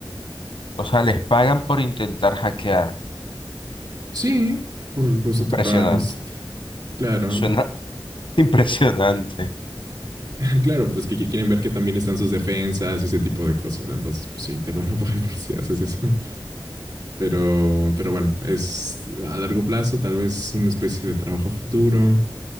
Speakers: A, on the left (about 80°); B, on the right (about 55°).
A: O sea, les pagan por intentar hackear.
B: sí, por, por eso
A: Impresionante.
B: te pagan este. Claro,
A: Suena <laughs> impresionante.
B: <laughs> claro, pues que, que quieren ver que también están sus defensas y ese tipo de cosas. Entonces, pues sí, te van a pagar <laughs> por si haces eso. <laughs> Pero, pero bueno, es a largo plazo, tal vez una especie de trabajo futuro.